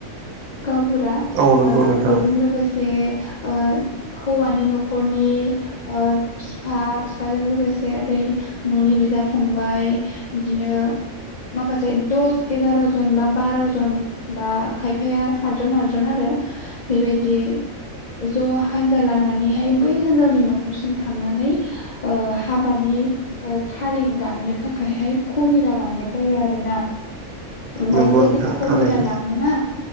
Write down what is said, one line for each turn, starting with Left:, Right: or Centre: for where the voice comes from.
Left: गावबुरा
Right: औ नंगौ
Left: ओ
Right: नोंथां
Left: बेजों लोगोसे से ओ हौवानि न'खरनि ओ फिफा फिफाजों लोगोसे ओरै न'नि बिदा फंबाय बिदिनो माखासे दस एगार'जन बा बार'जन बा खायफाया सातजन आदजन आरो बेबायदि ज' हानजा लानानैहाय बै होनजावनि न'खरसिम थांनानै ओ हाबानि ओ थारिख दाननो थाखायहाय खबिरा लांनाय जायो आरोना ओमफाय
Right: नंगौ
Left: जे
Right: नोंथां
Left: बे कबिरा
Right: थारैनो
Left: लाङोना